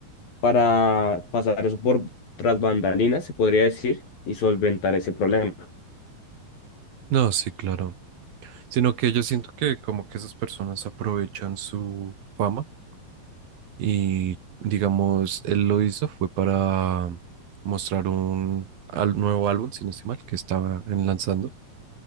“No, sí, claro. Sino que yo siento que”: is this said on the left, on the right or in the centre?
Right